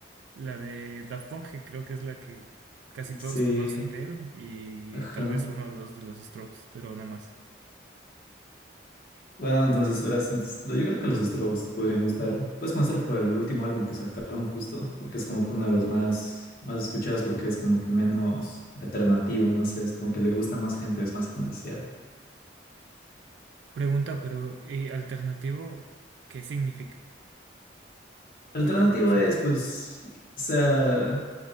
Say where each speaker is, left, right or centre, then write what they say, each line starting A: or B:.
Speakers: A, on the right; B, on the left.
A: La de Daft Punk, que creo que es la que casi todos
B: Sí,
A: conocen de él, y
B: ajá.
A: tal vez uno o dos de los Strokes, pero no más.
B: Bueno, entonces, verás, entonces, lo- yo creo que los Strokes te podrían gustar. Puedes comenzar por el último álbum que sacaron justo, porque es como que uno de los más, más escuchados, porque es como que menos alternativo, no sé, es como que le gusta más gente, es más comercial.
A: Pregunta, pero ¿y alternativo qué significa?
B: Alternativo
A: Porque bueno, o sea,
B: es, pues, o sea,